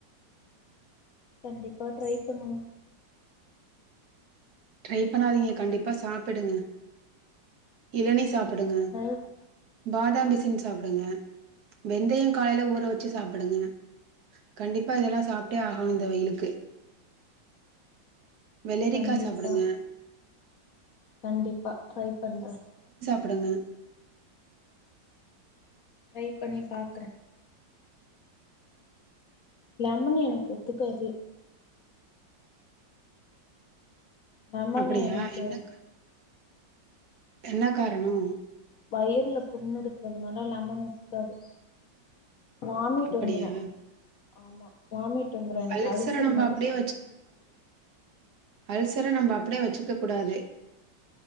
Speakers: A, on the left; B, on the right.
A: கண்டிப்பா ட்ரை பண்ணுவோம்
B: ட்ரை பண்ணாதீங்க கண்டிப்பா சாப்பிடுங்க இளனி சாப் படுங்க
A: நைட்
B: பாதம்பிசி சின் சாப்டுங்க வெந்தயம் காலைல ஊற வச்சு சாப்புடுங்க கண்டிப்பா இதயெல்லாம் சாப்ட்டே ஆஹனும் இந்த வெயிலுக்கு வெள்ளேரிக்காஸ்
A: கண்டிப்பா
B: <unintelligible>
A: கண்டிப்பா ட்ரை பண்ற
B: <unintelligible>
A: ட்ரை பண்ணி பாக்குற லெமன் எனக்கு ஒத்துக்காது லமன்
B: அப்படியா
A: எனக்கு
B: என்ன என்ன காரணம்
A: வயர்ல புண்ணுருக்குறதுனால லமன் ஒத்துக்காது வாமிட்
B: அப்படியா
A: வந்துரும் ஆமா வாமிட் வந்துரும் எனக்கு
B: அல்சர
A: அல்சர்
B: நம்ம
A: மாதிரிருக்
B: அப்படியே அல்சரை நம்ப அப்டே வச்சுக்க கூடாது